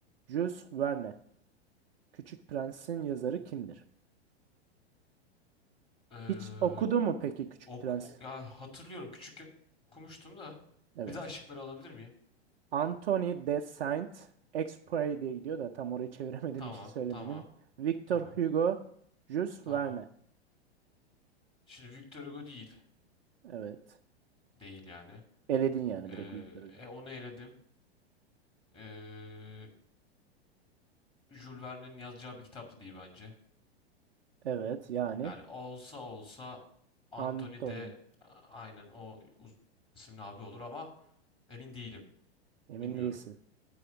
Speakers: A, on the right; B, on the left.
A: Jules Verne. Küçük Prens'in yazarı kimdir?
B: Ee,
A: Hiç okudu mu peki Küçük
B: Ok,
A: Prens?
B: o- ya hatırlıyorum küçükken okumuştum da.
A: Evet.
B: Bir daha şıkları alabilir miyim?
A: Anthony de Saint-Exupéry diye gidiyor da tam orayı <laughs> çeviremediğim
B: Tamam,
A: için söylemedim.
B: tamam,
A: Victor
B: tamam,
A: Hugo, Jules
B: tamam.
A: Verne.
B: Şimdi Victor Hugo değil.
A: Evet.
B: Değil yani.
A: Eledin yani
B: Ee,
A: direkt Victor Hugo.
B: e, onu eledim. Ee, Jules Verne'in yazacağı bir kitaptı değil bence.
A: Evet yani
B: Yani olsa olsa Anthony
A: Anthony.
B: de a- aynen o uzun isimli abi olur ama emin değilim.
A: Emin
B: Bilmiyorum.
A: değilsin.